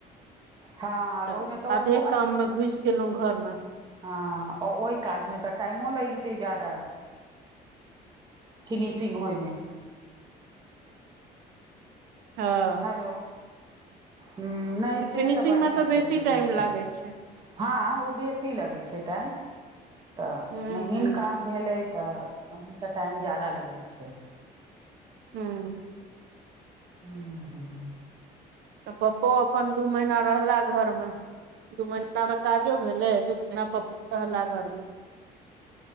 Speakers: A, on the right; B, on the right.
A: <inaudible>
B: हँ आब
A: त
B: ओहिमे तऽ ओ
A: अधे काममे घुसि गेलौं घरमे।
B: हं आ ओइ काज मे त टाइमो लैगितै जादा। फिनिशिंग होइमे।
A: हं।
B: हेलो। हुं नै से
A: फिनिशिंग
B: त बढ़िया
A: मे तऽ बेसी
B: केने रहिअ।
A: टाइम लागै छै
B: <inaudible> हँ ओ बेसी लगै छै। टाइम <inaudible> त
A: हूँ
B: महीन
A: हूँ
B: काम भेलै त ओहिमे त टाइम जादा लगै छै।
A: हूँ।
B: हू ह
A: त पप्पो अपन दू महीना रहला घरमे। दू महिनामे काजो भेलै, दू महिना पप्पो रहला घरमे।